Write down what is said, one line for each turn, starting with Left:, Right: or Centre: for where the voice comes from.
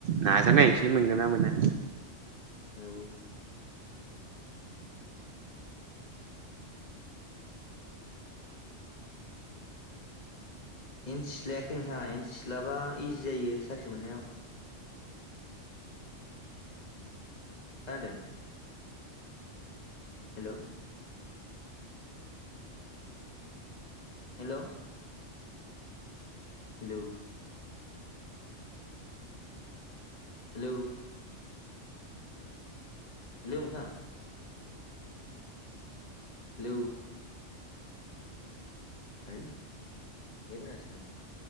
Right: नाजानाय नायसै मोनगोन ना मोना
Left: औ एन सि लायाखै नोंथाङा एन सि लाबा इजि जायो साख्रि मोननायाव खोनादों hello hello hello hello hello नोंथां हेलौ होइ नेट नांआसै नामा